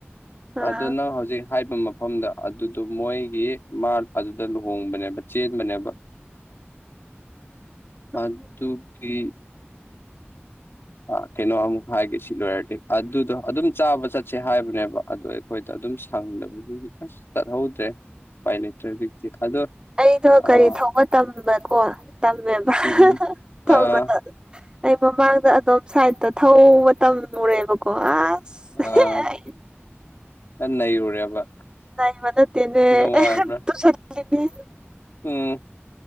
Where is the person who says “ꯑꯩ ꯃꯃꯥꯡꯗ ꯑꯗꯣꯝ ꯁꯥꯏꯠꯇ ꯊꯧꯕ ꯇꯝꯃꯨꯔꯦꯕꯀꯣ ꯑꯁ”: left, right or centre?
Right